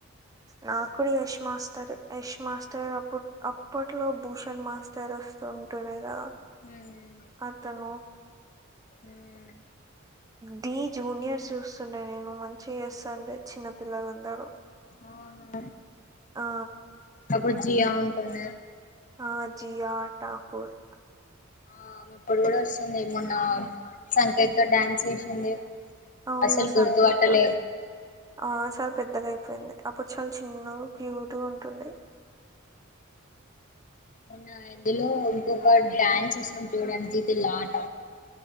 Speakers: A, on the right; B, on the left.
A: నాక్కూడా యష్ మాస్టర్ యష్ మాస్టర్ అప్పు అప్ అప్పట్లో భూషణ్ మాస్టర్ వస్తు ఉంటుడె గద
B: మ్మ్
A: అతను
B: మ్మ్
A: ఢీ జూనియర్స్ చూస్తుండే నేను మంచిగ ఏస్తాండె చిన్నప్ పిల్లలందరూ
B: అవును
A: ఆ
B: బుజ్జియా ఉంటన
A: ఆ జియా ఠకూర్
B: ఆ ఇప్పుడు కూడా వస్తుంది మొన్న సంకేత్ త డ్యాన్స్ చేసింది
A: అవును
B: అసలు
A: సంకేత్
B: గుర్తు వాట్టాల
A: ఆ చాలా పెద్దగా అయిపోయింది అప్పుడు చాలా చిన్నగా క్యూట్గా ఉంటుంది
B: ఉన్న ఇందులో ఇంకొక డ్యాన్స్ వస్తుంది చూడడానికితేలాట